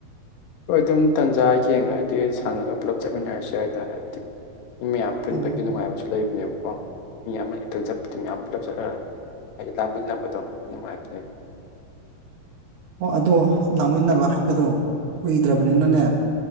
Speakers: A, on the left (about 85°); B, on the right (about 75°).
A: ꯍꯣꯏ ꯑꯗꯨꯝ ꯇꯥꯟꯖꯥ ꯌꯦꯡꯉꯗꯤ ꯁꯪꯉꯒ ꯄꯨꯂꯞ ꯆꯠꯃꯤꯟꯅꯔꯁꯨ ꯌꯥꯏꯗ ꯍꯥꯏꯕꯗꯤ ꯃꯤ ꯃꯌꯥꯝ ꯄꯨꯟꯕꯒꯤ
B: ꯎꯝ
A: ꯅꯨꯡꯉꯥꯏꯕꯁꯨ ꯂꯩꯕꯅꯦꯕꯀꯣ ꯃꯤ ꯑꯃ ꯍꯦꯛꯇꯪ ꯆꯠꯄꯗꯨ ꯃꯌꯥꯝ ꯄꯨꯂꯞ ꯆꯠꯂꯒ ꯑꯩ ꯂꯥꯡꯃꯤꯟꯅꯕꯗꯣ ꯑꯗꯨ ꯅꯨꯡꯉꯥꯏꯕꯅꯦꯕ
B: ꯑꯣ ꯑꯗꯣ ꯂꯥꯡꯃꯤꯟꯅꯕ ꯍꯥꯞꯄꯗꯣ ꯀꯨꯏꯗ꯭ꯔꯕꯅꯤꯅꯅꯦ